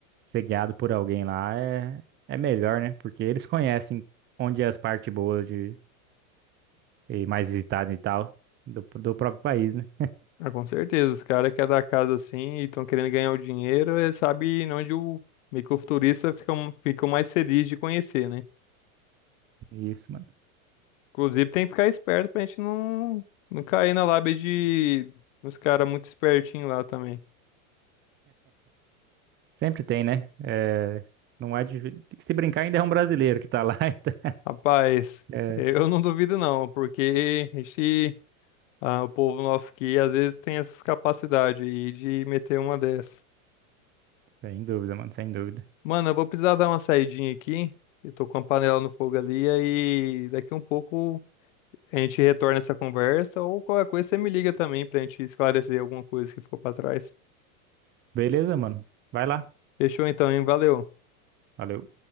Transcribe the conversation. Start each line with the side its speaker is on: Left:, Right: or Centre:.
Right: ser guiado por alguém lá é, é melhor, né? Porque eles conhecem onde é as partes boas de, e mais visitadas e tal do, do próprio país, né?
Left: Ah, com certeza. Os caras que é da casa, assim, e estão querendo ganhar o dinheiro, eh, sabe onde o meio que o futurista fica, um- fica mais feliz de conhecer, né?
Right: Isso, mano.
Left: Inclusive, tem que ficar esperto pra gente não, não cair na lábia de uns caras muito espertinhos lá também.
Right: Sempre tem, né? É, não é de, se brincar, ainda é um brasileiro que tá lá. <laughs> então,
Left: Rapaz,
Right: É,
Left: eu não duvido não, porque esse, ah, o povo nosso aqui às vezes tem essas capacidades aí de meter uma dessa.
Right: sem dúvida, mano, sem dúvida.
Left: Mano, eu vou precisar dar uma saidinha aqui. Eu tô com a panela no fogo ali, aí daqui um pouco a gente retorna essa conversa ou qualquer coisa você me liga também pra gente esclarecer alguma coisa que ficou pra trás.
Right: Beleza, mano. Vai lá.
Left: Fechou então, hein? Valeu.
Right: Valeu.